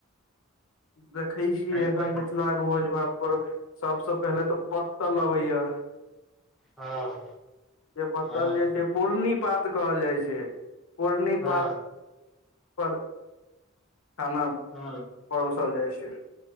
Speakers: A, on the left (about 75°); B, in the centre.
A: देखै
B: खाय
A: छी एखन
B: पर
A: मिथिलावके भोज भात। पर सबसे पहिले तऽ पत्तल अबेै या।
B: हँ।
A: जे पत्तल
B: हँ
A: जे छै पूर्णि पात कहल जाय छै पूर्णि
B: हँ
A: पात। पर खाना
B: हँ
A: परोसल जाय छै।